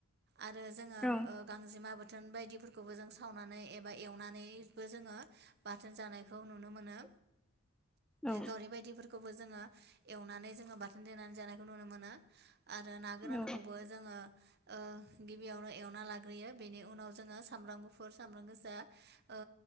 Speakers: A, on the right; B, in the centre.
A: आरो जोङो
B: औ
A: ओ गांजेमा बाथोन बायदिफोरखौबो जों सावनानै एबा एवनानैबो जोङो बाथोन जानायखौ नुनो मोनो।
B: <inaudible> औ
A: गावरि बायदिफोरखौबो जोङो एवनानै जोङो बाथोन दोननानै जानाय खौ नुनो मोनो आरो ना गोरानखौबो
B: औ
A: जोङो ओ ओ गिबियावनो एवना लाग्रोयो बेनि उनाव जोङो सामब्राम गुफुर सामब्राम गोजा ओ